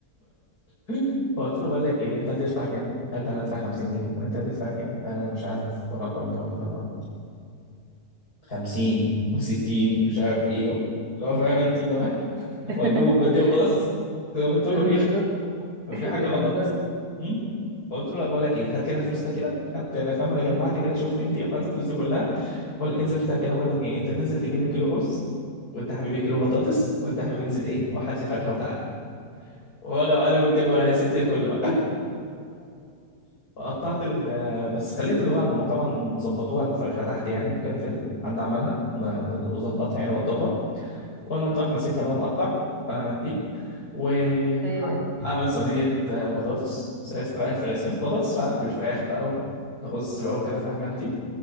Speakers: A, on the left; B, on the right.
A: <laughs> فقلت له بقول لك ايه انت هتدفع كام قال لي انا هدفع 50 جنيه وانت هتدفع كام انا مش عارف رقم برضه فالله 50 و60 مش عارف ايه اللي هو فاهم انت اللي هو <laughs>
B: <laughs>
A: وهتجيبوا باتيه وقرص انتوا بتقولوا
B: بالظبط
A: ايه ففي حاجه
B: بيهزروا
A: غلط امم فقلت له لا بقول لك ايه هات كده الفلوس ده كده خدت انا فاهم انا جمعت كده شفت انت جمعت الفلوس دي كلها ولا انزل انت كده بقول لك ايه انت تنزل تجيب لي كيلو رز وانت يا حبيبي كيلو بطاطس وانت يا حبيبي انزل ايه وهات لي فاكهه وتعالى ورقه وقلم اكتب ورقه يا ستي الكل بقى <laughs> وقطعت ال بس خليت اللي هو هو طبعا ظبطوها الفرخه تحت يعني وكده في ال- حد عملها ما- وظبطها يعني وضبها وانا مطرح ماسكها بقى مقطع فاهمه انت وعامل
B: ايوه ايوه
A: صينيه آه، بطاطس صينيه فراخ فراخ صينيه بطاطس بقى بالفراخ بقى ورز بقى وكده فاهمه انت